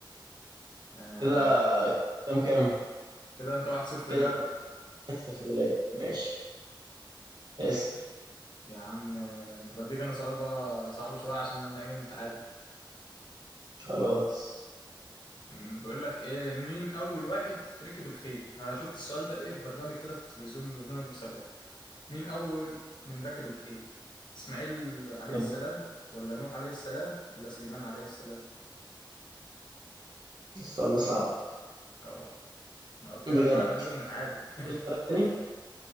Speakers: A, on the left; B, on the right.
A: آه
B: كده كام كام
A: كده انت واحد صفر
B: كده
A: ليك بقى
B: واحد صفر ليا ماشي اسال
A: يا عم آه، طب اديك انا سؤال بقى صعب شوية عشان انا ايه نتعادل
B: خلاص
A: مم، بقول لك ايه مين اول واحد ركب الخيل انا شفت السؤال ده ايه في برنامج كده في التلفزيون برنامج مسابقات مين اول من ركب الخيل اسماعيل عليه
B: طب
A: السلام ولا نوح عليه السلام ولا سليمان عليه السلام
B: السؤال ده صعب
A: اه انا قلت
B: بجد
A: لك بقى انا لازم نتعادل <laughs>
B: الاختيارات تاني